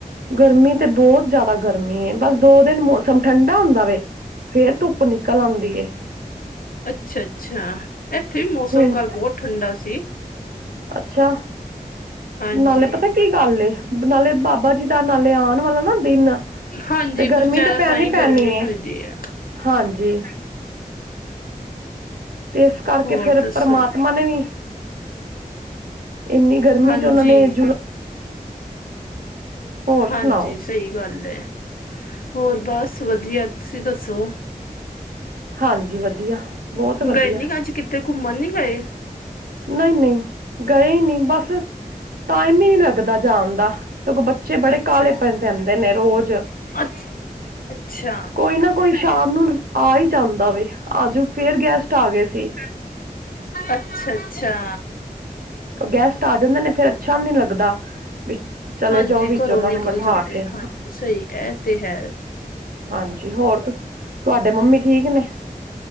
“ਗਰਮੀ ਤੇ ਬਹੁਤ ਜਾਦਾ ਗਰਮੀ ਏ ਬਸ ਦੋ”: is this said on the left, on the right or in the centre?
Right